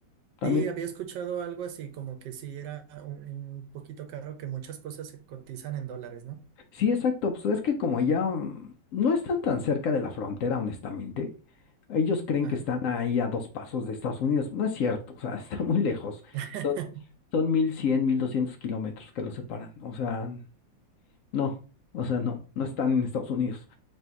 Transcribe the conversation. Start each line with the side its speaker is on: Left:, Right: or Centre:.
Left: También
Right: Sí, había escuchado algo así, como que sí era un, un poquito caro, que muchas cosas se cotizan en dólares, ¿no?
Left: Sí, exacto. Pues es que como allá mm, no están tan cerca de la frontera, honestamente, ellos creen
Right: Ajá.
Left: que están ahí a dos pasos de Estados Unidos. No es cierto, o sea, <laughs> está muy lejos.
Right: <laughs>
Left: Son, son 1100, 1200 kilómetros que los separan. O sea, no, o sea, no, no están en Estados Unidos.